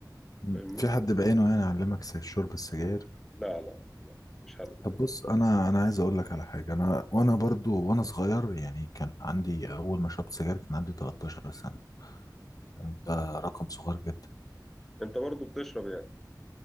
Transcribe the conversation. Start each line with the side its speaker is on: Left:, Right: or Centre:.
Left: مم.
Centre: فاهمني
Left: في حد بعينه يعني علمك س- شرب السجاير
Centre: لا لا لا مفيش حد باين
Left: طب بص انا انا عايز اقول لك على حاجه انا وانا برضو وانا صغير يعني كان عندي اول ما شربت سجاير كان عندي 13 سنه تمام؟ ده رقم صغير جدا
Centre: انت برضو بتشرب يعني